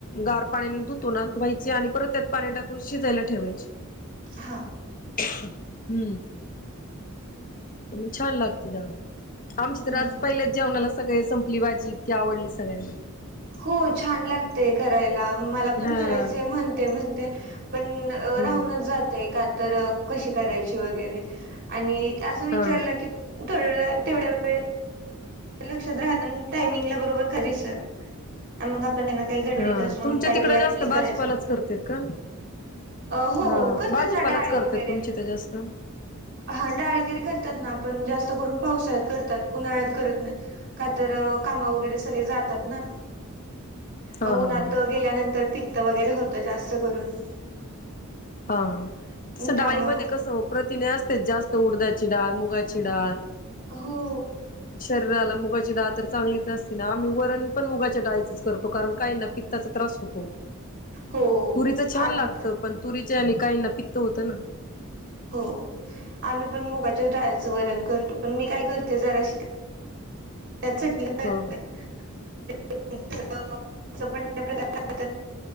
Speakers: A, on the left (about 40°); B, on the right (about 55°).
A: गार पाण्याने धुतो ना धुवायची आणि परत त्यात पाणी टाकून शिजायला ठेवायची. रीकाम आहे
B: हा.
A: हम्म. म छान लागते डाळ आमची तर
B: हम्म
A: आज
B: हम्म
A: पहिलेच जेवणाला सगळे संपली भाजी इतकी आवडली सगळ्यांना.
B: हो. छान लागतेय करायला मला पण
A: हा
B: करायचंय म्हणते म्हणते पण --
A: हम्म
B: राहूनच जातय का तर कशी करायची वगैरे आणि -- असं विचारलं
A: हा
B: की थोड व तेवढ्या वेळ -- लक्षात राह टाइमिंग बरोबर क सर मग आ -- पण हाय ना काही घडबडीत
A: हा
B: असुन
A: तुमच्या
B: काही
A: तिकडे
B: लाईटली
A: जास्त भाजीपालाच
B: करायचं फक्त.
A: करतेत का?
B: अ हो
A: हा
B: करतात
A: भाजीपालाच
B: ना डाळी
A: करतात
B: वगैरे.
A: तुमची तर जास्त हा
B: हां. डाळ वगैरे करतात ना. पण जास्त करून पावसाळ्यात करतात. उन्हाळ्यात करत नाही. का तर, कामा वगैरे सगळे जातात ना.
A: हा
B: म उन्हात
A: हा हा.
B: गेल्यानंतर पित्त वगैरे होत जास्त करून
A: हा. तस
B: त्यामुळं
A: डाळीमध्ये कस प्रतिने असते. जास्त -- उडदाचि डाळ, मुगाची डाळ- -
B: हो.
A: शरीराला मुगाची डाळ तर चांगलीच असती ना. आम्ही वरण पण मुगाच्या डाळीच करतो. कारण काही ना पित्ताचा त्रास होतो.
B: हो
A: तुरीच छान
B: आम्ही
A: लागत पण तुरीच आणि काहींना पित्त होतं ना.
B: हो. आम्ही पण मुगाच्या डाळ्याचं वरण करतो. पण मी काय करते. जराशी -- त्यात <unintelligible>
A: हा
B: पण <unintelligible> ग च आपण जरा <unintelligible>